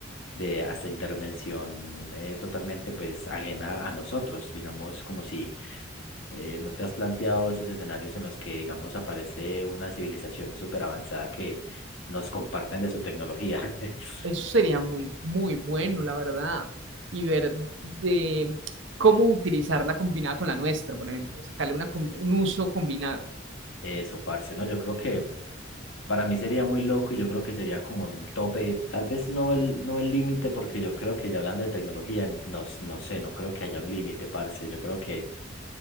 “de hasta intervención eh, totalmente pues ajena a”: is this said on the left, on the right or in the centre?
Left